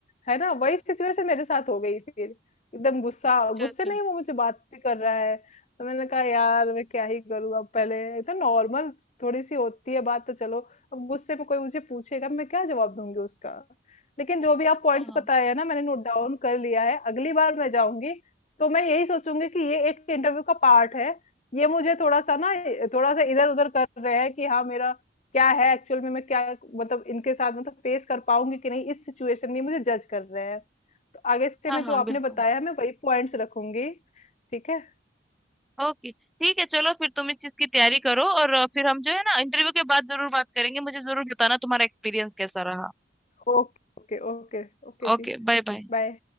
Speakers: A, on the left (about 40°); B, in the centre.
A: है ना वही सिचुएशन मेरे साथ हो गई फिर एकदम गुस्सा
B: अच्छा
A: गुस्से
B: अच्छा
A: में ही वो मुझे बात भी कर रहा है तो मैंने कहा यार मैं क्या ही करूँ अब पहले एकदम नॉर्मल थोड़ी सी होती है बात तो चलो अब गुस्से में कोई मुझे पूछेगा मैं क्या जवाब दूंगी उसका लेकिन जो भी आप
B: हाँ
A: पॉइंट्स
B: हाँ
A: बताए हैं ना मैंने नोट डाउन कर लिया है अगली बार मैं जाऊंगी तो मैं यही सोचूंगी कि ये एक इंटरव्यू का पार्ट है ये मुझे थोड़ा सा ना थोड़ा सा इधर उधर कर रहे हैं कि हाँ मेरा क्या है एक्चुअल में मैं क्या मतलब इनके साथ मतलब फेस कर पाऊंगी कि नहीं इस सिचुएशन में मुझे जज कर रहे हैं तो आगे से
B: हाँ
A: मैं
B: हाँ
A: जो आपने
B: बिल्कुल
A: बताया मैं वही पॉइंट्स रखूंगी ठीक है
B: ओके ठीक है चलो फिर तुम इस चीज की तैयारी करो और अ, फिर हम जो है ना इंटरव्यू के बाद जरूर बात करेंगे मुझे जरूर बताना तुम्हारा एक्सपीरियंस कैसा रहा
A: ओके Okay okay ओके
B: Okay
A: जी
B: bye bye
A: बाय